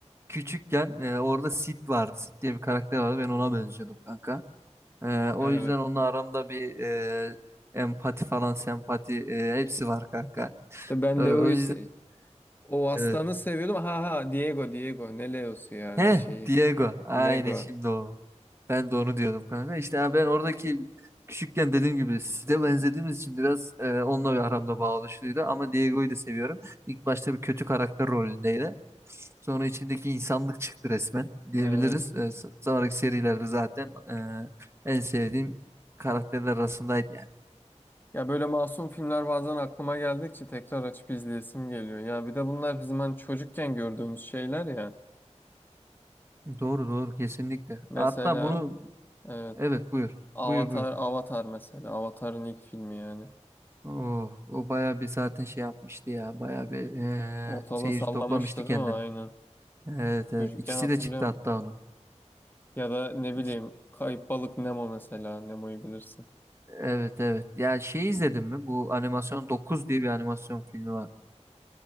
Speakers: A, on the right; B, on the left.
A: küçükken e, orada Sid vardı. Sid diye bir karakter vardı. Ben ona benziyordum kanka. E, o
B: evet
A: yüzden onunla aramda bir e, empati falan, sempati e, hepsi var kanka.
B: işte ben
A: E, o
B: Leo'yu
A: yüzden
B: se- o Aslan'ı
A: evet.
B: seviyordum ha ha Diego Diego ne Leo'su ya
A: He,
B: ne şeyi
A: Diego. Aynen
B: Diego
A: şimdi o. Ben de onu diyordum kanka. İşte ha, ben oradaki küçükken dediğim gibi size benzediğimiz için biraz e, onunla bir aramda bağ Ama Diego'yu da seviyorum. İlk başta bir kötü karakter rolündeydi. Sonra içindeki insanlık çıktı resmen diyebiliriz.
B: evet
A: E, s- sonraki serilerde zaten e, en sevdiğim karakterler arasındaydı yani.
B: ya böyle masum filmler bazen aklıma geldikçe tekrar açıp izleyesim geliyor ya bir de bunlar bizim hani çocukken gördüğümüz şeyler ya
A: Doğru doğru kesinlikle.
B: Mesela
A: Hatta bunu
B: Evet.
A: evet buyur.
B: Avatar,
A: Buyur buyur.
B: Avatar mesela. Avatar'ın ilk filmi yani.
A: Oh, o bayağı bir zaten şey yapmıştı ya. Bayağı bir e,
B: Ortalığı
A: seyirci
B: sallamıştı
A: toplamıştı
B: değil
A: kendini.
B: mi? Aynen.
A: Evet evet.
B: Çocukken
A: İkisi
B: hatırlıyorum.
A: de çıktı hatta onun.
B: Ya da ne
A: İki-
B: bileyim Kayıp Balık Nemo mesela. Nemo'yu bilirsin.
A: Evet evet. Ya şey izledin mi? Bu animasyon 9 diye bir animasyon filmi var.